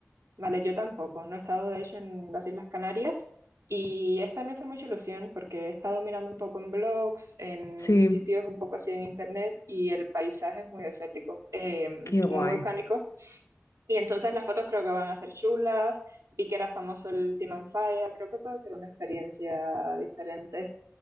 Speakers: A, on the right (about 80°); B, on the left (about 85°).
A: Vale, yo tampoco. No he estado, de hecho, en las Islas Canarias y esta me hace mucha ilusión porque he estado mirando un poco en blogs, en
B: Sí,
A: sitios un poco así en internet y el paisaje es muy desértico, eh,
B: qué guay.
A: muy volcánico. Y entonces las fotos creo que van a ser chulas. Vi que era famoso el Team and Fire. Creo que puede ser una experiencia diferente.